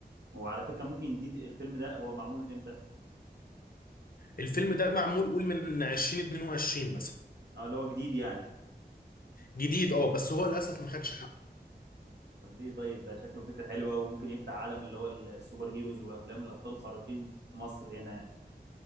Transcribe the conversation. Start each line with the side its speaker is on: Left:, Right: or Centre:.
Right: وعلى فكرة ممكن دي الفيلم ده هو معمول من امتى؟
Left: الفيلم ده معمول قول من 2022 مثلا
Right: اه اللي هو جديد يعني
Left: جديد اه بس هو
Right: اه
Left: للاسف ما خدش حقه
Right: طب ليه طيب ده شكله فكرة حلوة وممكن يفتح عالم اللي هو السوبر هيروز والافلام الابطال الخارقين في مصر هنا يعني